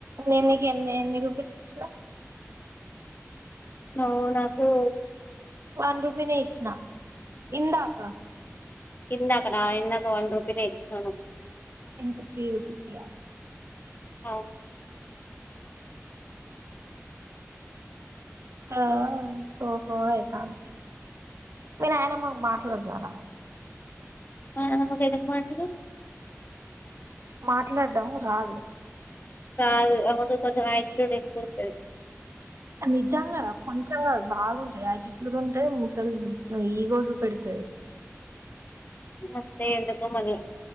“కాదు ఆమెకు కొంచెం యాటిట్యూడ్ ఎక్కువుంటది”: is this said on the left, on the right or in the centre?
Left